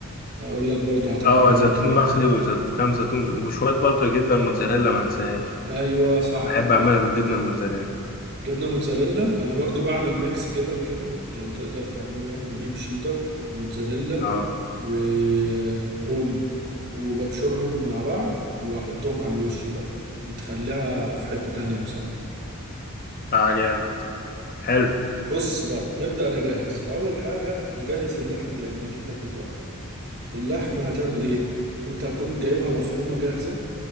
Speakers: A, on the right (about 50°); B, on the left (about 40°).
A: اقول لك برضو هتعمل
B: اه
A: بيهم
B: زيتون
A: ايه
B: مخلي وزيتون كام زيتون وشوية برضه جبنة الموتزاريلا ما انساهاش
A: ايوه صح
B: بحب اعملها
A: فكرتني
B: بالجبنة الموتزاريلا
A: جبنه موتزاريلا انا برضو بعمل ميكس جبن كده لو تقدر تعمله يعني بجيب شيدر وموتزاريلا
B: اه
A: ورومي وببشرهم مع بعض واحطهم على الوش بقى بتخليها في حتة تانية بصراحة
B: اه جامد حلو
A: بص بقى نبدأ نجهزها اول حاجة نجهز اللحمة لان دي بتاخد وقت اللحمة هتعمل ايه انت هتكون جايبها مفرومة جاهزة